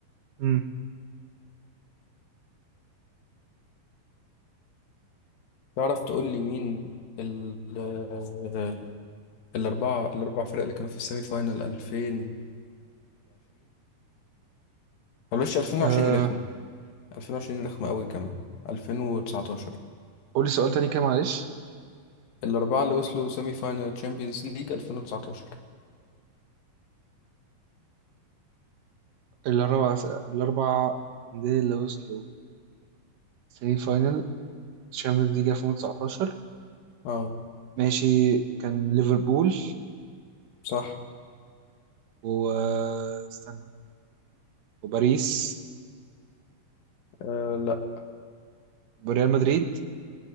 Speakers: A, on the right; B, on the left.
A: امم
B: تعرف تقول لي مين ال آه، الاربعة الاربع فرق اللي كانوا في السيمي فاينال 2020 بلاش 2020
A: آه
B: رخم 2020 رخم قوي كمان 2019
A: قولي سؤال تاني كده معلش
B: الاربعة اللي وصلوا سيمي فاينال تشامبيونز ليج 2019
A: الأربع الأربع أندية اللي وصلوا سيمي فاينل الشامبيونز ليج 2019
B: اه
A: ماشي كان ليفربول
B: صح
A: واستنى وباريس
B: آه لا
A: وريال مدريد